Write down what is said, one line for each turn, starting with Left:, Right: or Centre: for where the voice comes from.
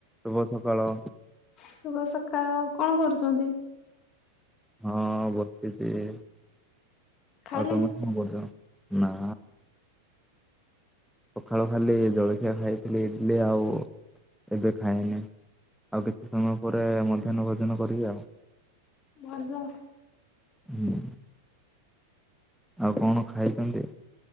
Centre: ଶୁଭ ସକାଳ।
Left: ଶୁଭ ସକାଳ କଣ କରୁଚନ୍ତି?
Centre: ହଁ ବସିଚି ଆଉ
Left: ଖାଇଲେ
Centre: ତମେ କଣ କରୁଚ? ନା ସକାଳୁ ଖାଲି ଜଳଖିଆ ଖାଇଥିଲି ଇଡିଲି ଆଉ ଏବେ ଖାଇନି। ଆଉ କିଛି ସମୟ ପରେ ମଧ୍ୟାହ୍ନ ଭୋଜନ କରିବି ଆଉ।
Left: ଭଲ।
Centre: ହୁଁ ଆଉ କଣ ଖାଇଛନ୍ତି?